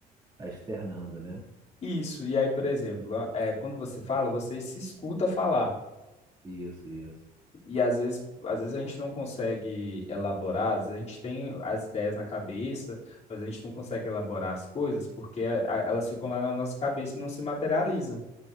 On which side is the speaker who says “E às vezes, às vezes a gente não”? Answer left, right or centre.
Left